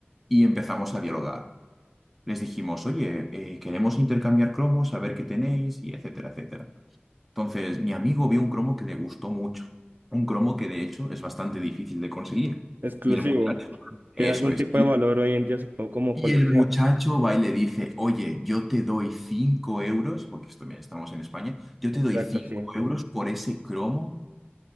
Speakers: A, in the centre; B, on the right.
A: y empezamos a dialogar. Les dijimos, oye, eh, queremos intercambiar cromos, a ver qué tenéis, y etcétera, etcétera. Entonces, mi amigo vio un cromo que le gustó mucho, un cromo que de hecho es bastante difícil de conseguir.
B: Exclusivo.
A: Y el muchacho, eso
B: Tiene algún
A: es.
B: tipo
A: Y
B: de valor hoy en día, supongo, como
A: y
B: colección.
A: el muchacho va y le dice, oye, yo te doy 5 euros, porque esto, mira, estamos en España, yo
B: Exacto,
A: te doy 5
B: sí.
A: euros por ese cromo